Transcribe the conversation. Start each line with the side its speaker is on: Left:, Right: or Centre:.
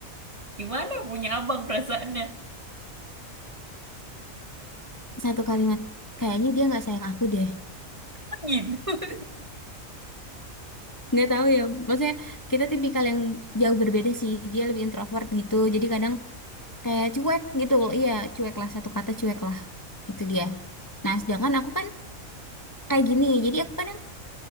Right: gimana punya abang perasaannya?
Left: Satu kalimat, kayaknya dia nggak sayang aku deh.
Right: Oh, gitu. <laughs>
Left: Nggak tahu ya, maksudnya kita tipikal yang jauh berbeda sih. Dia lebih introvert gitu, jadi kadang kayak cuek gitu. loh. Iya, cuek lah, satu kata cuek lah. Itu dia. Nah, sedangkan aku kan kayak gini. Jadi aku kadang